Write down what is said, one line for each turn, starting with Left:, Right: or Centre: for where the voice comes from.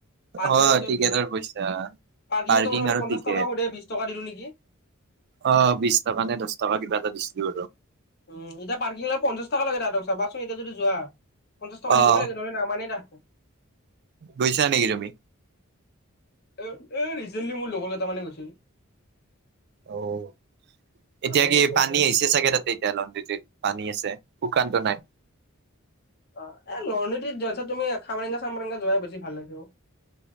Left: পাৰ্কিংৰটে
Right: অ', টিকেটৰ পইচা
Left: পাৰ্কিংৰো
Right: পাৰ্কিং
Left: কথা
Right: আৰু
Left: পঞ্চাশ
Right: টিকেট।
Left: টকা স বিশ টকা দিলো নেকি?
Right: অঁ বিশ টকা নে দহ টকা কিবা এটা দিছিলো আৰু।
Left: উম এয়া পাৰ্কিংৰ পঞ্চা টকা লাগে চাবাচোন এতিয়া যোৱা পঞ্চা টকা
Right: অ',
Left: দিবই লাগে। নামানেই তাহাঁতে -
Right: গৈছা নেকি তুমি?
Left: এ এ ৰিচেণ্টলি মোৰ লগৰ কেইটা মানে গৈছিল।
Right: অ'।
Left: তাহাঁতেও
Right: এতিয়া কি
Left: মোক কৈছে।
Right: পানী আহিছে চাগে তাতে এতিয়া, পানী আছে শুকানতো নাই।
Left: অ এ লৰণীট যছ তুমি খামৰেংগা চামৰেংগা যোৱাই বেছি ভাল লাগে অ।